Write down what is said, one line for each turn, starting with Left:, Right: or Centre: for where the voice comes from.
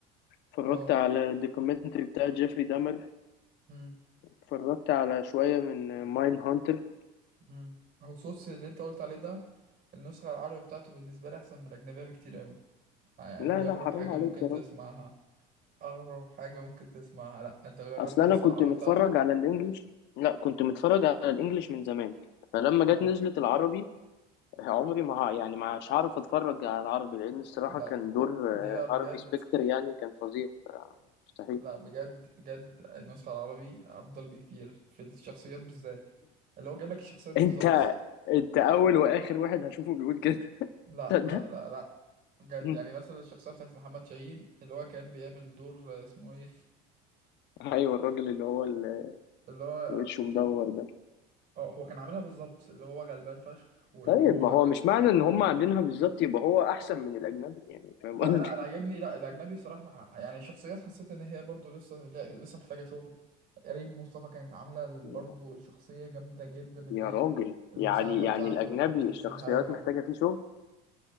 Left: اتفرجت
Right: اه
Left: على الدوكيومنتري بتاع جيفري دامر
Right: مم.
Left: اتفرجت على شوية من ماين هانتر
Right: مم. اهو صوص اللي انت قلت عليه ده النسخة العربي بتاعته بالنسبة لي أحسن من الأجنبية بكتير قوي ع-
Left: لا
Right: دي أغرب
Left: لا حرام
Right: حاجة
Left: عليك
Right: ممكن
Left: يا
Right: تسمعها
Left: راجل
Right: أغرب حاجة ممكن تسمعها لأ أنت جربت
Left: اصل
Right: النسخة
Left: انا كنت
Right: العربي
Left: متفرج
Right: بتاعته؟
Left: على الانجليش لا كنت متفرج على الانجليش من زمان فلما جت
Right: أه
Left: نزلت العربي عمري ما ه- يعني ما مش هعرف اتفرج على العربي لان الصراحة
Right: لأ
Left: كان دور
Right: دي
Left: آه،
Right: بقى بجد
Left: هارفي سبيكتر يعني كان فظيع آه، مستحيل
Right: لأ بجد بجد النسخة العربي أفضل بكتير في الشخصيات بالذات اللي هو جاب لك الشخصيات بالظبط
Left: انت انت اول واخر واحد هشوفه بيقول كده
Right: لأ
Left: تصدق
Right: لأ لأ لأ بجد
Left: <laughs>
Right: يعني مثلا الشخصية بتاعت محمد شاهين اللي هو كان بيعمل دور آه، اسمه إيه
Left: ايوه الراجل اللي هو اللي
Right: اللي هو
Left: وشه مدور ده
Right: اه هو كان عاملها بالظبط اللي هو غلبان فشخ وان
Left: طيب
Right: هو
Left: ما هو مش معنى ان هم عاملينها بالظبط يبقى هو احسن من الاجنبي يعني فاهم
Right: لا
Left: قصدي
Right: لا انا عاجبني لا الاجنبي صراحه مع... يعني شخصيات حسيت ان هي برضو لسه لا- لسه محتاجه شغل ريم مصطفى كانت عامله
Left: <laughs>
Right: ال-
Left: يا
Right: برضو الشخصيه جامده جدا اللي
Left: يا
Right: هي
Left: راجل
Right: المساعده
Left: يعني يعني
Right: بتاعته
Left: الاجنبي
Right: اللي هي بتعمل
Left: الشخصيات
Right: كل حاجه
Left: محتاجه فيه شغل